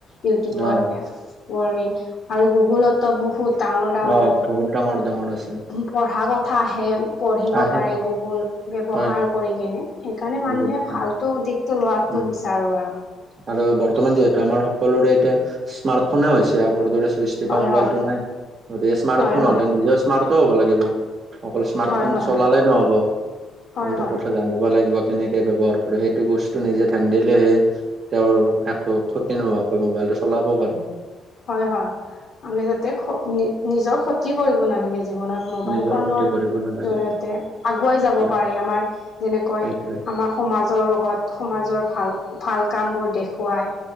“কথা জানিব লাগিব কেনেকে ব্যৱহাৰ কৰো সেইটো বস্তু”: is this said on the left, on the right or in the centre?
Right